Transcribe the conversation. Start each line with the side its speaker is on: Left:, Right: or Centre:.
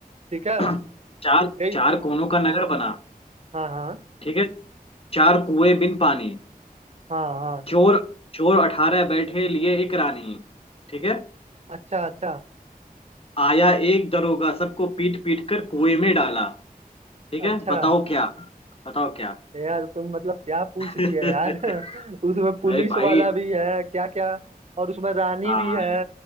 Right: ठीक
Left: <clears throat>
Right: है
Left: चार
Right: यही
Left: चार कोनों का नगर बना
Right: हाँ हाँ
Left: ठीक है चार कुएं बिन पानी
Right: हाँ हाँ
Left: चोर चोर अठारह बैठे लिए एक रानी ठीक है
Right: अच्छा अच्छा
Left: आया एक दरोगा सबको पीट पीट कर कुएं में डाला ठीक
Right: अच्छा
Left: है बताओ क्या बताओ क्या
Right: यार तुम मतलब क्या पूछ
Left: <laughs>
Right: दिया यार <laughs> उसमें पुलिस
Left: अरे भाई
Right: वाला भी है क्या क्या और उसमें रानी
Left: हाँ
Right: भी है